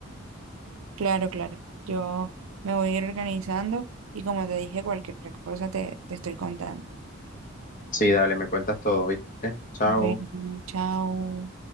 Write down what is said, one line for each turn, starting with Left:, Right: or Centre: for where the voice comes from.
Right: Claro, claro. Yo me voy a ir organizando y como te dije, cualquier cosa te, te estoy contando.
Left: Sí, dale, me cuentas todo, ¿viste? Chao.
Right: Bueno, chao.